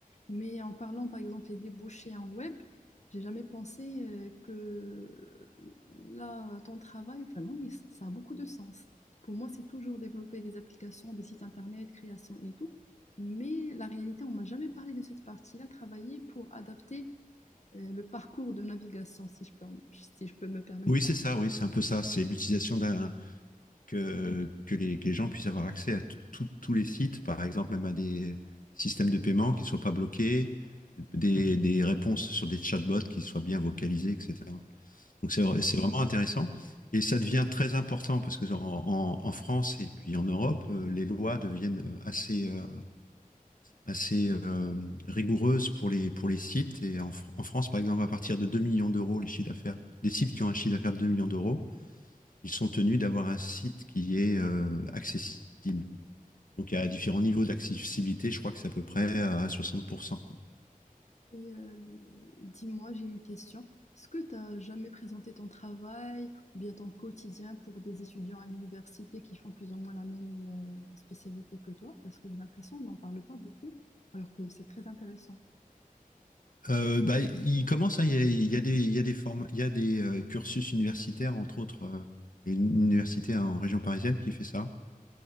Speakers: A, on the left; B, on the left.
A: Mais en parlant, par exemple, les débouchés en web, j'ai jamais pensé euh, que là, ton travail, vraiment, il- ça a beaucoup de sens. Pour moi, c'est toujours développer des applications, des sites internet, création et tout. Mais la réalité, on m'a jamais parlé de cette partie-là, travailler pour adapter euh, le parcours de navigation, si je peux, si je peux me permettre
B: Oui, c'est ça, oui, c'est un peu ça. C'est l'utilisation d'un que, que les, que les gens puissent avoir accès à tout- tout- tous les sites, par exemple même à des systèmes de paiement qui ne soient pas bloqués, des, des réponses sur des chatbots qui soient bien vocalisées, etc. Donc c'est vra- c'est vraiment intéressant. Et ça devient très important parce que en, en- en France et puis en Europe, euh, les lois deviennent assez, euh, assez euh, rigoureuses pour les, pour les sites. Et en, Fr- en France, par exemple, à partir de 2 millions d'euros, les chiffres d'affaires, des sites qui ont un chiffre d'affaires de 2 millions d'euros, ils sont tenus d'avoir un site qui est euh, accessible. Donc, il y a différents niveaux d'accessibilité, je crois que c'est à peu près à 60%. Quoi.
A: Et euh, dis-moi, j'ai une question. Est-ce que tu as jamais présenté ton travail ou bien ton quotidien pour des étudiants à l'université qui font plus ou moins la même euh, spécialité que toi? Parce que j'ai l'impression qu'on n'en parle pas beaucoup, alors que c'est très intéressant.
B: Euh, bah, il commence, hein, il, y a, il y a des, il y a des, formes, il y a des euh, cursus universitaires, entre autres, euh, une université en région parisienne qui fait ça,